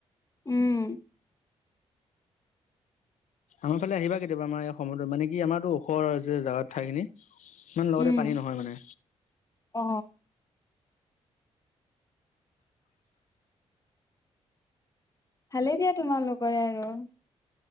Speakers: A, on the left; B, on the left.
A: উম।
B: আমাৰ ফালে আহিবা কেতিয়াবা। আমাৰ এই <unintelligible> মানে কি আমাৰতো ওখৰ যে জাগা ঠাইখিনি। ইমান লগতে
A: উম
B: পানী নহয় মানে।
A: অ। ভালেই দিয়া তোমালোকৰে আৰু।